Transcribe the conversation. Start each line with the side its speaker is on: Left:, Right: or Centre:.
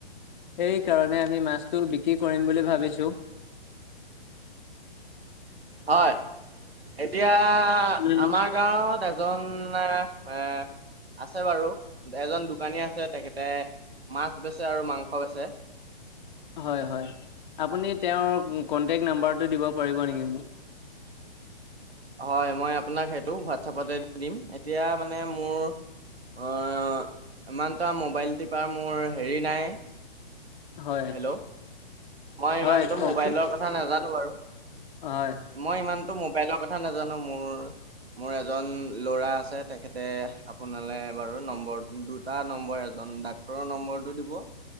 Left: সেইকাৰণে আমি মাছটো বিক্ৰী কৰিম বুলি ভাবিছোঁ।
Right: হয়, এতিয়া
Left: উম
Right: আমাৰ গাঁৱত এজন এ আছে বাৰু, এজন দোকানী আছে তেখেতে মাছ বেচে আৰু মাংস বেচে।
Left: হয় হয়। আপুনি তেওঁৰ কণ্টেক্ট নাম্বাৰটো দিব পাৰিব নেকি মোক?
Right: হয়, মই আপোনাক সেইটো হোৱাটছআপতে দি দিম। এতিয়া মানে মোৰ অ' ইমানটা মোবাইল টিপা মোৰ হেৰি নাই।
Left: হয়।
Right: হেল্ল' মই
Left: হয়
Right: ইমানটো
Left: কওকচোন
Right: মোবাইলৰ কথা নাজানো বাৰু।
Left: হয়
Right: মই ইমানটো মোবাইলৰ কথা কথা নাজানো মোৰ। মোৰ এজন ল'ৰা আছে তেখেতে আপোনালৈ বাৰু নম্বৰ দুটা, নম্বৰ এজন ডাক ৰৰ নম্বৰটো দিব